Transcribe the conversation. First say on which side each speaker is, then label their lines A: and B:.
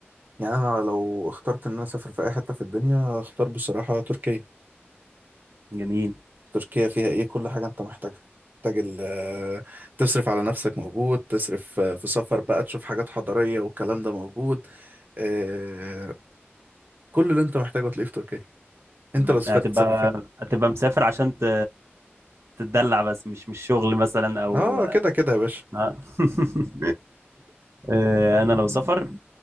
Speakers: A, on the right; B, on the right.
A: يعني انا لو اخترت ان انا اسافر في اي حته في الدنيا اختار بصراحه تركيا
B: جميل
A: تركيا فيها ايه كل حاجه انت محتاجها محتاج ال- آه، تصرف على نفسك موجود تصرف آه، في سفر بقى تشوف حاجات حضاريه والكلام ده موجود آه، كل اللي انت محتاجه تلاقيه في تركيا انت
B: مم.
A: لو سافرت
B: هتبقى
A: تسافر فين
B: هتبقى مسافر عشان ت... تتدلع بس مش مش شغل مثلا او
A: اه كده كده يا باشا
B: آه. <laughs> آه، انا لو سفر